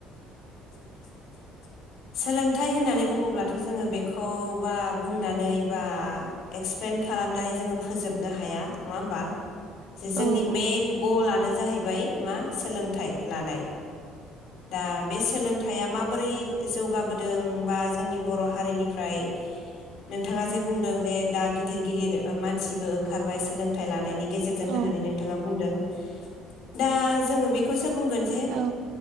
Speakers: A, on the left; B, on the right.
A: <inaudible> सोलोंथाइ होननानै बुङोब्ला दाथ' जोङो बेखौ बा बुंनानै बा एक्सप्लेन खालामनानै जोङो फोजोबनो हाया नङा होमबा जे
B: औ
A: जोंनि मेन गलआनो जाहैबाय मा सोलों थाय लानाय दा बे सोलोंथाया माब <unintelligible> जौगाबोदों बा जोंनि बर' हारिनिफ्राय नोंथाङा जे बुंदों जे दा गिदिर गिदिर मानसिबो ओंखारबाय सोलोंथाइ लानायनि गेजेरजों
B: औ
A: होननानै नोंथाङा बुंदों दा जोङो बेखौ सो बुंगोन जे
B: औ